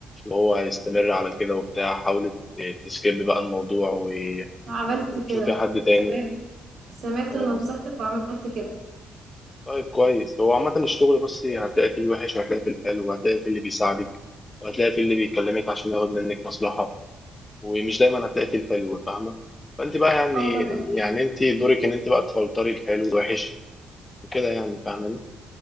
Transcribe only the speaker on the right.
عملت
كده
سمعت سمعت
نصيحتك وعملت كده
اه طبعا